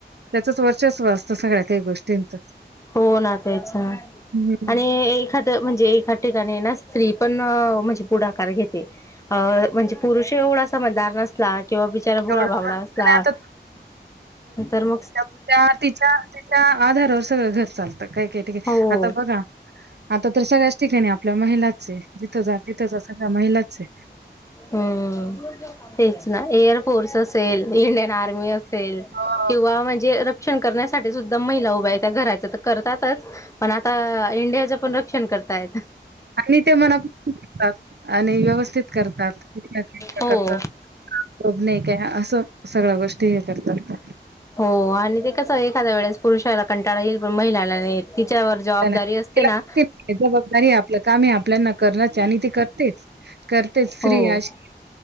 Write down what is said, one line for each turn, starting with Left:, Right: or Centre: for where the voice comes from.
Right: त्याचंच वर्चस्व असतं सगळ्यां कांहीं गोष्टींचं,
Left: हो ना तेच
Right: हम्मं.
Left: आणि एखाद म्हणजे एकां ठिकाणीं नां स्त्री पणं म्हणजे पुढाकांर घेते अं म्हणजे पुरुष एवढां समजदांर नसतं- किंवा बिचारा भोळां
Right: एवढं
Left: भावडां
Right: हां,
Left: असलां
Right: आणि आता
Left: तरं मगं
Right: त्यां तिच्यां तिच्यां आधारांवर सगळं घरं चालतांत कांहीं कांहीं ठिकाणीं
Left: हो
Right: आंता बघां आंता दूसरांस ठिकाणीं आपल्या महिलाचे जिथं जां तिथं जां सगळ्यां महिलाचे
Left: हम्मं तेचं नां एअर फोर्सस इंडियन आर्मी असेल
Right: हो.
Left: किंवा म्हणजे रक्षंण करण्यांसाठी सुद्धां महिला उभ्यां आहे त्यां घरांच्या करतातचं पणं आंता इंडियाचं पणं रक्षणं करतायं
Right: आणि ते मनापासुंन आणि व्यवस्थित करतांत प्रकारचं
Left: हो
Right: बं नाहीं कायं असं सगळ्यां गोष्टी हे करतांत
Left: हो आणि ते कसं एखांद्या वेळेस पुरुषाला कंटाळा येईल पणं महिलांला नाहीें येतं तिच्यांवरं जवाबदारी
Right: त्याला
Left: असते
Right: तिला
Left: नां
Right: माहिती नाहीये जबाबदारी आपलं कामं हे आपल्यांना करणंच हे आणि ते करतेच करते स्त्री
Left: हो
Right: अशी